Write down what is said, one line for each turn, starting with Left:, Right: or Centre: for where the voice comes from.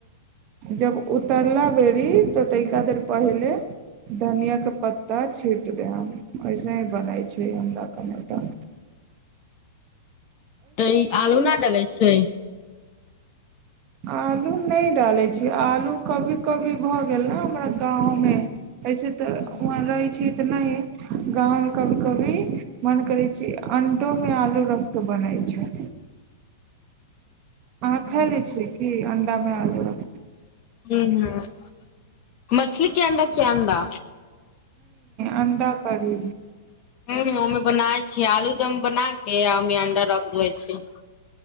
Right: जब उतरना बेरी तनिका देर पहिले धनियां के पत्ता छीट देहम एसे ही बनाय छिये अंडा के नैतन
Left: तऽ ई आलू न डलै छै
Right: आलू नहि डालै छी आलू कभी कभी भऽ गेल ने हमरा गाँवमे ऐसे तऽ
Left: हूँ
Right: वहाँ रहै छी तऽ नहि गाँवमे कभी कभी मन करै छै अंडोमे आलू रख के बनै छै
Left: <inaudible>
Right: अहाँ
Left: हूँ
Right: खा लै छियै कि अण्डामे आलू रख
Left: ह मछली अंडा क्यडा
Right: अण्डा करी
Left: ह अमे बनाए छियै आलूदम बना के अमे अंडा रखै छी